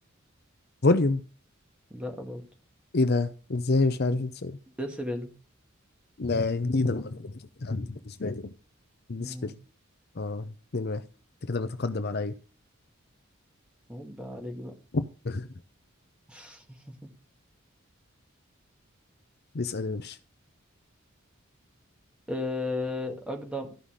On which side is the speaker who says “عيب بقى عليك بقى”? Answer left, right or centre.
Centre